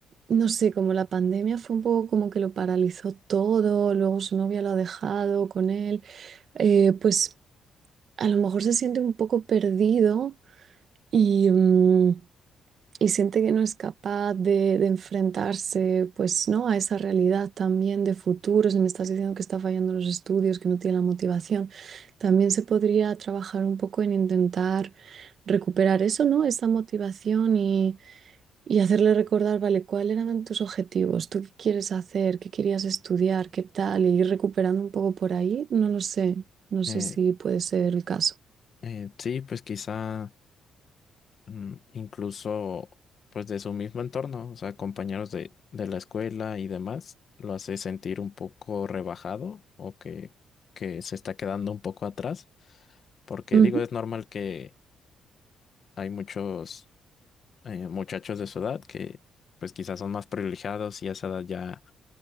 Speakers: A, on the right; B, on the left.
A: no sé, como la pandemia fue un poco como que lo paralizó todo, luego su novia lo ha dejado con él, eh, pues a lo mejor se siente un poco perdido y, mm, y siente que no es capaz de, de enfrentarse, pues, ¿no? A esa realidad también de futuro, si me estás diciendo que está fallando los estudios, que no tiene la motivación, también se podría trabajar un poco en intentar recuperar eso, ¿no? Esa motivación y hacerle recordar, vale, ¿cuáles eran tus objetivos? ¿Tú qué quieres hacer? ¿Qué querías estudiar? ¿Qué tal? Y ir recuperando un poco por ahí, no lo sé. No
B: eh,
A: sé si puede ser el caso.
B: eh, sí, pues quizá mm, incluso pues de su mismo entorno, o sea, compañeros de, de la escuela y demás, lo hace sentir un poco rebajado o que, que se está quedando un poco atrás, porque
A: Ujú.
B: digo, es normal que hay muchos eh, muchachos de su edad que pues quizás son más privilegiados y a esa edad ya,